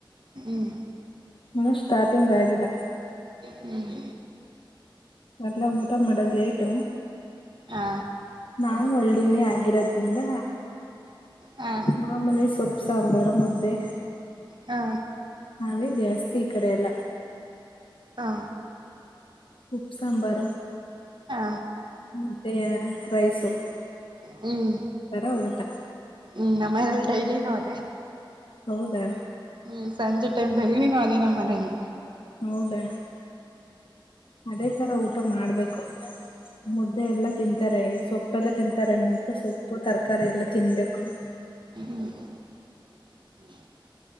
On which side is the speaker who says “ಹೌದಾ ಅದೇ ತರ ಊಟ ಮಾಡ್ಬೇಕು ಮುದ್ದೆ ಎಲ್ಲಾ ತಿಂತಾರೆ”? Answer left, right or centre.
Left